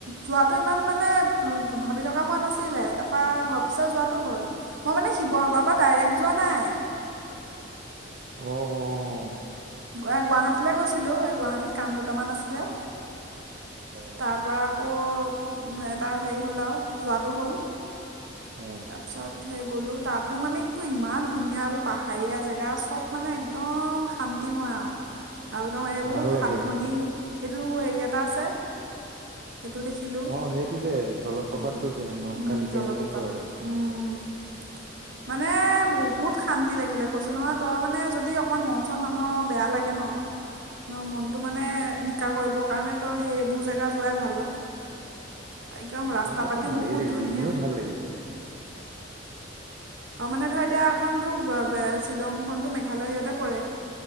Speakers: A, on the right (about 70°); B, on the right (about 50°).
A: যোৱাটো ইমান মানে। ভাবি থকা হোৱা নাছিলে তাৰপা ঘপচে যোৱাটো হ'ল, মই মানে শিৱসাগৰৰ পৰা ডাইৰেক যোৱা নাই।
B: উম উম।
A: এ গুৱাহাটীলৈ গৈছিলো এ গুৱাহাটীত কাম দুটামান আছিলে।
B: অ
A: তাৰ পৰা আকৌ। উ এটা হেৰি হ'ল আৰু যোৱাটো হ'ল
B: অ
A: তাৰপিছত গ'লো তাতো মানে ইমান ধুনীয়া এইবোৰ পাহাৰীয়া জেগা চব মানে একদম শান্তিময় আৰু। আৰু একদম এইবোৰ
B: ভাল লাগে
A: সাত ভনী। এইটো হেৰি এটা আছে। সেইটো দেখিলোঁ
B: অ সেইটো যে জলপ্ৰপাতটো
A: উম,
B: যে নহকালিকাই
A: উম, জলপ্ৰপাতটো
B: বুলি কয়।
A: উম। মানে
B: অ
A: বহুত
B: সাত
A: শান্তি লাগিলে। কৈছো নহয় তই মানে যদি অকমান মন চন মানুহৰ বেয়া লাগে ন। ন মনতটো
B: উম
A: মানে। শিকা কৰিবৰ কাৰণে তই সেই এইবোৰ জেগা যোৱাই ভাল অ একদম
B: অ
A: ৰাস্তা
B: সেইবোৰতো
A: পাতিও
B: ভালেই
A: বহুত
B: লাগিব
A: ধুনীয়া
B: এনেও ভাল লাগিব।
A: অ মানে ধৰ এতিয়া এখতো শ্বিলংখনতো মেঘালয় সিহঁতে পৰে